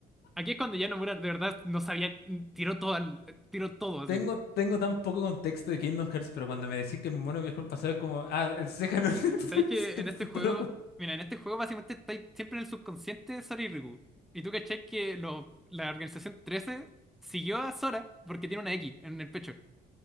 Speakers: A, in the centre; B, on the left.
A: Aquí es cuando ya Nomura de verdad no sabía, tiró todo al, tiró todo así.
B: Tengo, tengo tan poco contexto de Kingdom Hearts, pero cuando me decís que el mono viajó al pasado es como, ah, el Seiya es del fu-
A: Sabéis que
B: del
A: en
B: futuro.
A: este juego, mira, en este juego básicamente estáis siempre en el subconsciente de Sora y Riku. Y tú cachai que lo- la organización trece siguió a Sora porque tiene una X en el pecho.